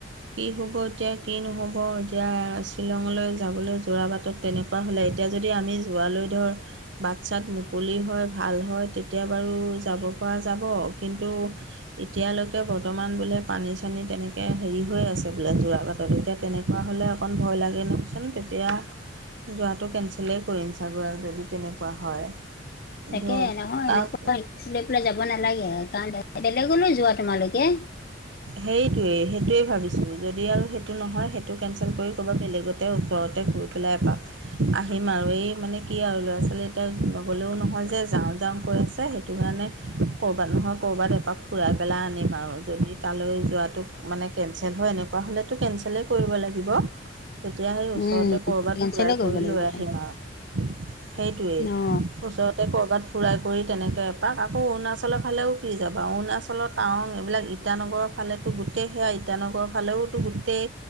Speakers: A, on the right; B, on the left.
A: কি হ'ব এতিয়া কি নহ'ব এতিয়া শ্বিলঙলৈ যাবলৈ যোৰা বাটত তেনেকুৱা হ'লে এতিয়া যদি আমি যোৱালৈ ধৰ বাট চাত মুকলি হয় ভাল হয় এতিয়া বাৰু যাব পৰা যাব, কিন্তু এতিয়ালৈকে বৰ্তমান বোলে পানী চানী তেনেকৈ হেৰি হৈ আছে বোলে যোৰাবাটত। এতিয়া তেনেক কুৱা হ'লে অকণ ভয় লাগে নহয়চোন। তেতিয়া যোৱাটো কেঞ্চেলেই কৰিম ছাগৈ যদি তেনেকুৱা হয়।
B: তাকে
A: ধৰ
B: নহয়
A: তাক
B: এনেকুৱা ৰিক্সলৈ পেলাই যাব নালাগে কাৰণ, বেলেগলৈ যোৱা তোমালোকে।
A: সেইটোৱেই সেইটোৱেই ভাবিছোঁ যদি আৰু সেইটো নহয় সেইটো কেঞ্চেল কৰি ক'ৰবাত বেলেগতে ওচৰতে গৈ পেলাই এপাক আহিম আৰু, এই মানে কি আৰু ল'ৰা ছোৱালী এতিয়া নগ'লেও নহয় যে যাওঁ যাওঁ কৈ আছে সেইটো কাৰণে ক'ৰবাত নহয় ক'ৰবাত এপাক ফুৰাই আনিম আৰু, যদি তালৈ যোৱাটো মানে কেঞ্চেল হয় এনেকুৱা হ'লেতো কেঞ্চেলেই কৰিব লাগিব। তেতিয়া সেই ওচৰতে
B: উম
A: ক'বাত
B: কেনচেলে
A: ফুৰাই
B: কৰিব
A: কৰি
B: লাগিব
A: লৈ
B: এতিয়া
A: আহিম আৰু। সেইটোৱেই
B: অ।
A: ওচৰত তে ক'ৰবাত ফুৰাই কৰি তেনেকৈ এপাক, আকৌ অৰুণাচলৰ ফালেও কি যাবা। অৰুণাচলত টাৱং এইবিলাক ইটানগৰৰ ফালেতো গোটেই সেয়া ইটানগৰৰ ফালেওতো গোটেই